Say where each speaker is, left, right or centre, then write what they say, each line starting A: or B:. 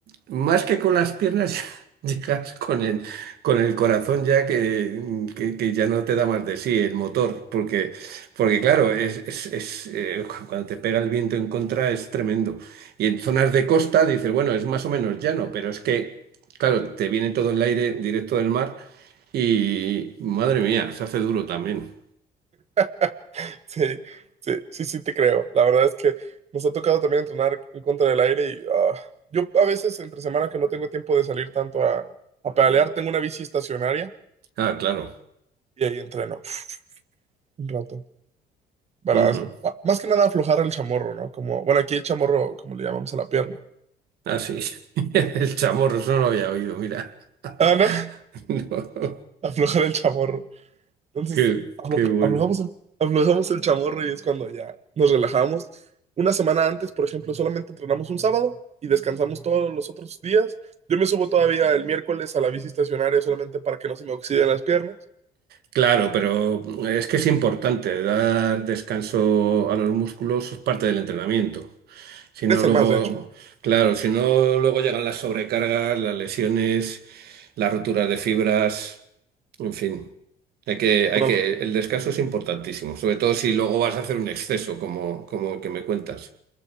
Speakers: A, on the right (about 70°); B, on the right (about 40°).
A: más que con las piernas <laughs> llegas con el, con el corazón ya que, que- que ya no te da más de sí, el motor, porque, porque claro, es, es- es, eh, <laughs> cuando te pega el viento en contra es tremendo. Y en zonas de costa dices, bueno, es más o menos llano, pero es que, claro, te viene todo el aire directo del mar y, madre mía, se hace duro también.
B: <laughs> Sí, sí, sí, sí te creo. La verdad es que nos ha tocado también entrenar en contra del aire y ah, yo a veces entre semana que no tengo tiempo de salir tanto a, a pedalear, tengo una bici estacionaria
A: Ah, claro.
B: y ahí entreno uf, un rato. Para,
A: Ujú.
B: hacer- ah, más que nada aflojar el chamorro, ¿no? Como, bueno, aquí el chamorro, como le llamamos a la pierna.
A: Ah, sí. <laughs> El chamorro, eso no lo había oído, mira. <laughs>
B: Ah, no,
A: No.
B: <laughs> aflojar el chamorro. Entonces,
A: Qué,
B: afloja-
A: qué bueno.
B: aflojamos el, aflojamos el chamorro y es cuando ya nos relajamos. Una semana antes, por ejemplo, solamente entrenamos un sábado y descansamos todos los otros días. Yo me subo todavía el miércoles a la bici estacionaria solamente para que no se me oxiden las piernas.
A: Claro, pero es que es importante dar descanso a los músculos, es parte del entrenamiento. Si no
B: Es el
A: luego,
B: más, de hecho.
A: claro, si no luego llegan las sobrecargas, las lesiones, las roturas de fibras, en fin. Hay que, hay
B: Una
A: que,
B: lo-
A: el descanso es importantísimo, sobre todo si luego vas a hacer un exceso, como, como el que me cuentas.